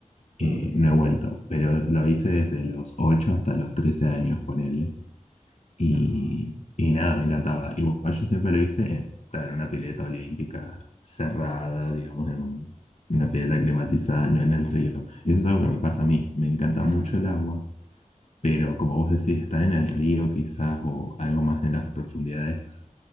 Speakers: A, on the left; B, on the right.
A: eh,
B: Mm.
A: no he vuelto. Pero lo hice desde los 8 hasta los 13 años, ponele. Y,
B: Ajá,
A: y nada, me encantaba. Igual yo siempre lo hice en, claro, en una pileta olímpica cerrada, digamos, en un- una pileta climatizada, no en el río. Y eso es algo que me pasa a mí. Me encanta
B: ajá.
A: mucho el agua, pero como vos decís, estar en el río quizás o algo más en las profundidades